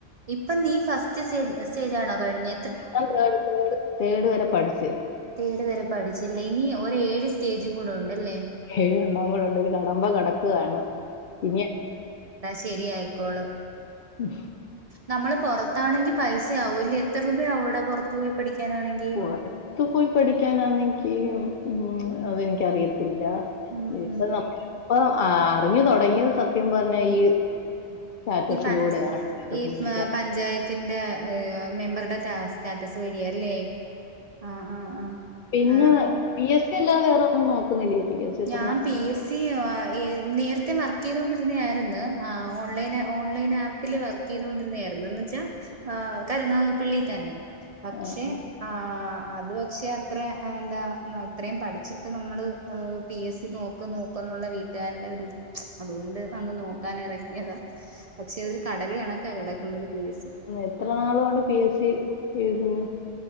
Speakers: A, on the right; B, on the left.
A: ഇപ്പം നീ ഫസ്റ്റ് സ്റ്റേ സ്റ്റേജ് ആണോ കഴിഞ്ഞ
B: <unintelligible> തേടു വരെ പഠിച്ച്
A: തേട് വരെ പഠിച്ചല്ലേ ഇനി ഒരേഏഴ് സ്റ്റേജും കൂടെ ഉണ്ടല്ലേ
B: ഏഴെണ്ണം കൂടെണ്ട് ഒരു കടമ്പ കടക്കാണ് ഇനി
A: ശരിയയിക്കോളും
B: ഉം
A: നമ്മള് പുറത്താണെങ്കി പൈസ ആവും ല്ലേ എത്ര രൂപയാവും എടാ പുറത്തു പോയി പഠിക്കാനാണെങ്കി
B: പുറത്തു പോയി പഠിക്കാനാന്നെനിക്ക് ഉ അതെനിക്കറിയത്തില്ല
A: ഉം
B: ഇപ്പ ഇപ്പ അറിഞ്ഞു തുടങ്ങിയ സത്യം പറഞ്ഞെ ഈ സ്റ്റാറ്റസിലൂടെയാണ്.
A: ഈ പ
B: പത്രത്തിനെ
A: ഈ
B: പറ്റി
A: പഞ്ചായത്തിന്റെ ഈ മെമ്പറുടെ സ്റ്റാറ്റസ് വഴിയായി അല്ലേ ആഹ് ആഹ്
B: പിന്നെ
A: ആഹ്
B: പി എസ് സി എല്ലാം വേറെൊന്നും നോക്കുന്നില്ലേ പി എസ് സി എത്ര
A: ഞാ
B: നാ
A: പി എസ് സി നേരത്തെ വർക്ക് ചെയ്തൊണ്ടിരുന്ന ആയിരുന്നു ഓൺലൈ ഓൺലൈൻ ആപ്പ് പ്പില് വർക്ക് ചെയ്ത കൊണ്ടിരുന്നായിരുന്നുന്ന് വെച്ചാ ആ കരുനാഗപ്പള്ളി തന്നെ പക്ഷെ
B: ആഹ് ആഹ്.
A: ആ അത്പക്ഷെ അത്ര എന്താ ഇത്രയും പഠിച്ചിട്ട് നമ്മള് പി എസ് സി നോക്ക് നോക്കന്നുള്ള വീട്ടുകാരുടെ ഒത് അതുകൊണ്ട് അങ്ങ് നോക്കാൻ ഇറങ്ങിയതാ പക്ഷെ ഒര് കടൽ കണക്കാ കിടക്ക്ന്നത് പി എസ് സി
B: എത്ര നാളുകണ്ട് പി എസ് സി എഴുതുന്നു